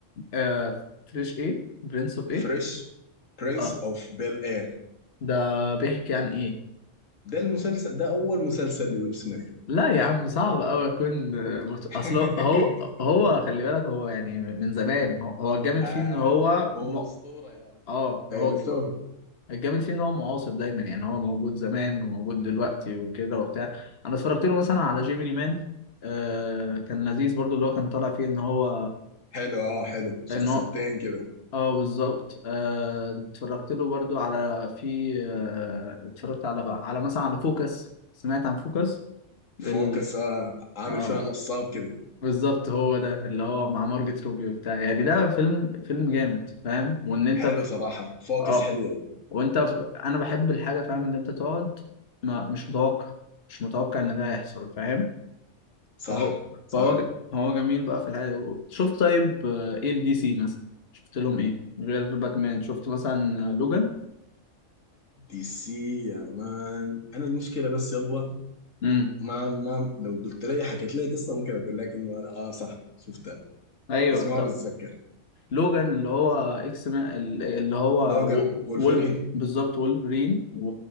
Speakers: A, on the left; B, on the left.
A: آه فريش ايه برنس اوف ايه
B: فريش برنس
A: اه
B: اوف بيل اير
A: ده بيحكي عن ايه
B: ده المسلسل ده اول مسلسل لويل سميث
A: لا يا عم صعب أوي أكون مت- أصل
B: <laughs>
A: هو هو خلي بالك هو يعني من زمان هو هو الجامد
B: آه
A: فيه إن هو
B: هو هو
A: م...
B: أسطورة يا مان
A: آه
B: ديناصور
A: هو الج- الجامد فيه إن هو معاصر دايما يعني هو موجود زمان وموجود دلوقتي وكده وبتاع أنا اتفرجت له مثلا على جيميني مان آه كان لذيذ برضو اللي هو كان طالع فيه إن هو
B: حلو اه حلو شخصيتين
A: إن هو
B: كده
A: آه بالظبط آه اتفرجت له برضو على في آه اتفرجت على على مثلا على فوكس سمعت عن فوكس
B: فوكس
A: ال...
B: آه عامل
A: آه.
B: فيها نصاب كده
A: بالظبط هو ده اللي هو مع مارجت روبي وبتاع يعني ده فيلم فيلم جامد فاهم وان انت
B: حلو
A: في...
B: صراحة فوكس
A: اه
B: حلو يا مان
A: وانت في... انا بحب الحاجه فاهم ان انت تقعد ما مش متوقع مش متوقع ان ده هيحصل فاهم
B: صح
A: فهو
B: صح
A: فهو ج... هو جميل بقى في الحاجه دي. شفت طيب آه، ايه الدي سي مثلا شفت لهم ايه غير باكمان شفت مثلا آه، لوجان
B: دي سي يا مان انا المشكلة بس يلا
A: امم
B: ما ما لو قلت لي حكيت لي قصة ممكن اقول لك انه انا اه صح شفتها
A: ايوه
B: اسمها
A: طب
B: بتذكر
A: لوجان اللي هو اكس ما اللي هو
B: لو كان
A: و-
B: وولفرين
A: وول بالظبط وولفرين و...